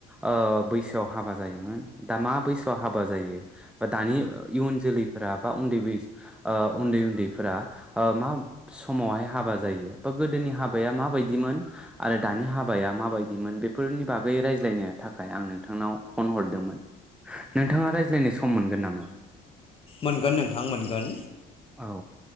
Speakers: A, in the centre; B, on the left.
A: ओ बैसोआव हाबा जायोमोन दा मा बैसोआव हाबा जायो। बा दानि इयुन जोलैफोरा बा ओ उन्दैै बै उन्दै उन्दैफोरा मा समावहाय हाबा जायो बा गोदोनि हाबाया माबायदिमोन आरो दानि हाबाया माबायदिमोन बेफोरनि बागै रायज्लायनो थाखाय आं नोंथांनाव फन हरदोंमोन नोंथाङा रायज्लायनो सम सम मोनगोन नामा?
B: मोनगोन नोंथां मोनगोन
A: औ